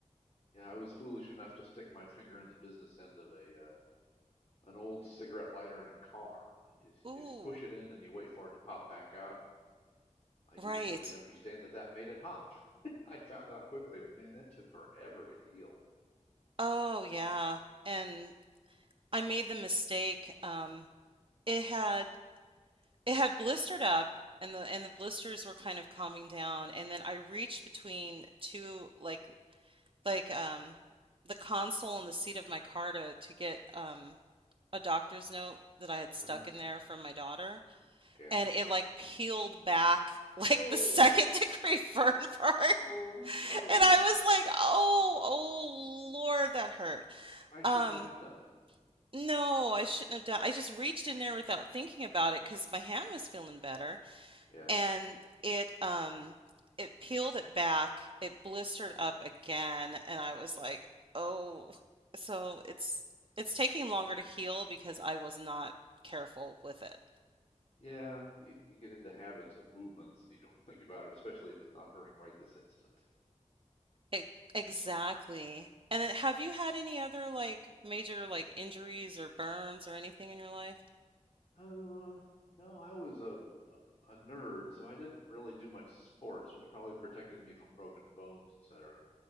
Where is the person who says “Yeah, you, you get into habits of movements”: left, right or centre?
Left